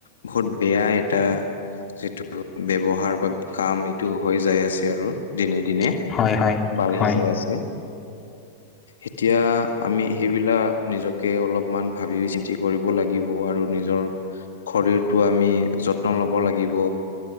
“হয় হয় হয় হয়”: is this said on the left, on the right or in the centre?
Left